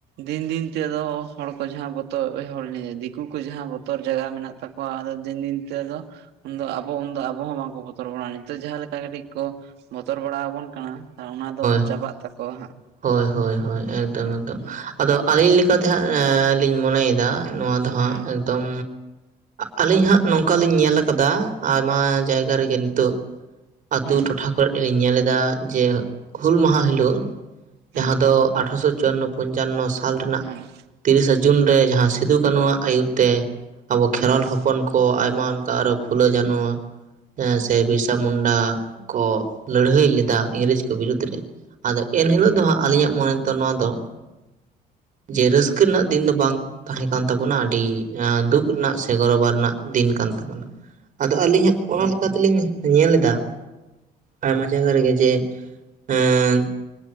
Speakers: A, on the right; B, on the right.
A: ᱫᱤᱱ ᱫᱤᱱ ᱛᱮᱫᱚ ᱦᱚᱲ ᱠᱚ ᱡᱟᱦᱟᱸ ᱵᱚᱛᱚᱨ ᱫᱤᱠᱩ ᱠᱚ ᱡᱟᱦᱟᱸ ᱵᱚᱛᱚᱨ ᱡᱟᱭᱜᱟ ᱢᱮᱱᱟᱜ ᱛᱟᱠᱚ ᱠᱚᱣᱟ ᱟᱫᱚ ᱫᱤᱱ ᱫᱤᱱ ᱛᱮ ᱫᱚ ᱩᱱᱫᱚ ᱟᱵᱚ ᱩᱱᱫᱚ ᱟᱵᱚ ᱦᱚᱸ ᱵᱟᱝᱠᱚ ᱵᱚᱛᱚᱨ ᱵᱟᱲᱟᱜᱼᱟ ᱱᱤᱛᱚᱜ ᱡᱟᱦᱟᱸ ᱞᱮᱠᱟ ᱠᱟᱹᱴᱤᱡ ᱠᱚ ᱵᱚᱛᱚᱨ ᱵᱟᱲᱟ ᱟᱵᱚᱱ ᱠᱟᱱᱟ᱾ ᱦᱟ ᱚᱱᱟ ᱫᱚ
B: ᱦᱳᱭ
A: ᱪᱟᱵᱟᱜ ᱛᱟᱠᱚᱣᱟ ᱦᱟᱸᱜ
B: ᱦᱳᱭ ᱦᱳᱭ ᱮᱠᱫᱚᱢ ᱮᱠᱫᱚᱢ᱾
A: ᱦᱩᱸ
B: ᱟᱫᱚ ᱟᱹᱞᱤᱧ ᱞᱮᱠᱟᱛᱮ ᱦᱟᱸᱜ ᱞᱤᱧ ᱢᱚᱱᱮᱭᱮᱫᱟ ᱱᱚᱣᱟ ᱫᱚ ᱦᱟᱸᱜ
A: ᱦᱩᱸ
B: ᱮᱠᱫᱚᱢ ᱟᱹᱞᱤᱧ ᱦᱟᱸᱜ ᱱᱚᱝᱠᱟᱞᱤᱧ ᱧᱮᱞ ᱟᱠᱟᱫᱟ ᱟᱭᱢᱟ ᱡᱟᱭᱜᱟ ᱨᱮᱜᱮ ᱱᱤᱛᱚᱜ ᱟᱛᱳ
A: ᱦᱩᱸ
B: ᱴᱚᱴᱷᱟ ᱠᱚᱨᱮᱫ ᱞᱤᱧ ᱧᱮᱞᱮᱫᱟ ᱡᱮ ᱦᱩᱞ ᱢᱟᱦᱟ ᱦᱤᱞᱳᱜ
A: ᱦᱮᱸ
B: ᱡᱟᱦᱟᱸ ᱫᱚ ᱟᱴᱷᱨᱚᱥᱚ ᱪᱚᱣᱟᱱᱱᱚ ᱯᱚᱧᱪᱟᱱᱱᱚ ᱥᱟᱞ ᱨᱮᱱᱟᱜ᱾
A: ᱦᱮᱸ
B: ᱛᱤᱨᱤᱥᱟ ᱡᱩᱱ ᱨᱮ ᱡᱟᱦᱟᱸ ᱥᱤᱫᱩ ᱠᱟᱹᱱᱩᱣᱟᱜ ᱟᱹᱭᱩᱨ ᱛᱮ ᱟᱵᱚ ᱠᱷᱮᱨᱣᱟᱞ
A: ᱦᱮᱸ
B: ᱦᱚᱯᱚᱱ ᱠᱚ ᱠᱚ ᱟᱭᱢᱟ ᱚᱱᱠᱟ ᱟᱨᱚ ᱯᱷᱩᱞᱟᱹ ᱡᱟᱱᱚ ᱥᱮ ᱵᱤᱨᱥᱟ ᱢᱩᱱᱰᱟ ᱠᱚ ᱞᱟᱹᱲᱦᱟᱹᱭ ᱞᱮᱫᱟ ᱤᱝᱨᱮᱡᱽ ᱠᱚ ᱵᱤᱨᱩᱫᱽ ᱨᱮ ᱟᱫᱚ ᱮᱱᱦᱤᱞᱳᱜ ᱫᱚ ᱦᱟᱸᱜ ᱟᱹᱞᱤᱧᱟᱜ ᱢᱚᱱᱮ ᱫᱚ ᱱᱚᱣᱟ ᱫᱚ ᱡᱮ ᱨᱟᱹᱥᱠᱟᱹ ᱨᱮᱱᱟᱜ ᱫᱤᱱ ᱫᱚ ᱵᱟᱝ ᱛᱟᱦᱮᱸ ᱠᱟᱱ ᱛᱟᱵᱚᱱᱟ ᱟᱹᱰᱤ ᱫᱩᱠ ᱨᱮᱱᱟᱜ ᱥᱮ ᱜᱚᱨᱚᱵᱟ ᱨᱮᱱᱟᱜ ᱫᱤᱱ ᱠᱟᱱ ᱛᱟᱵᱚᱱᱟ᱾ ᱟᱫᱚ ᱟᱹᱞᱤᱧᱟᱜ ᱚᱱᱟ ᱞᱮᱠᱟ ᱛᱮᱞᱤᱧ ᱧᱮᱞ ᱮᱫᱟ ᱟᱭᱢᱟ ᱡᱟᱭᱜᱟ ᱨᱮᱜᱮ ᱡᱮ ᱟᱸ